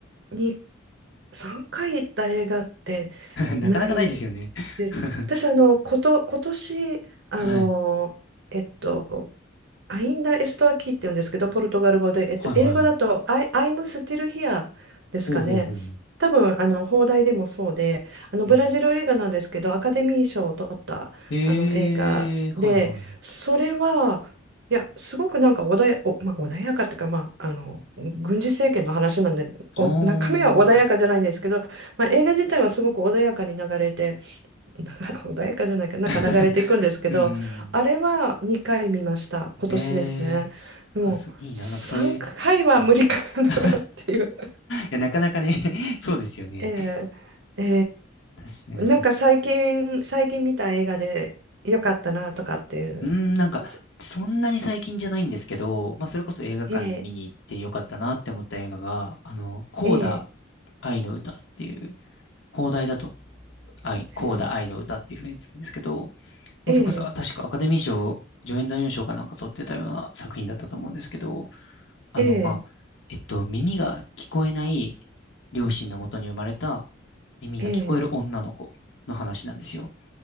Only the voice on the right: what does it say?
に3回行った映画って
ないです。
私、あの、こと、今年、あの、
えっと、アインダエストアキーって言うんですけど、ポルトガル語で、えっと、
英語だと、I, I'm still here ですかね。
多分、あの、邦題でもそうで、あの、
ブラジル映画なんですけど、アカデミー賞を取った、
あの、映画で、
それは、いや、すごくなんか穏や、おまあ、穏やかっていうか、まあ、あの、軍事政権の話なんで、お、
中身は穏やかじゃないんですけど、
まあ、映画自体はすごく穏やかに流れて、なんか穏やかじゃないか、なんか流れていくんですけど、
あれは2回見ました、今年ですね。
でも、
3回は無理かなっていう。
えええ
えなんか最近、最近見た映画で良かったなとかっていう。
お
ええ
ええ
へ
ええ
え
ええ